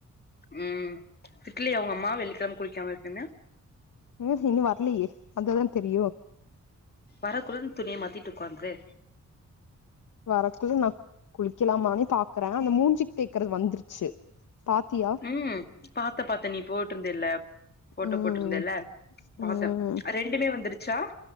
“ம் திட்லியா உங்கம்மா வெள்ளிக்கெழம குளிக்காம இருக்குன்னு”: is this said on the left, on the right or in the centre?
Left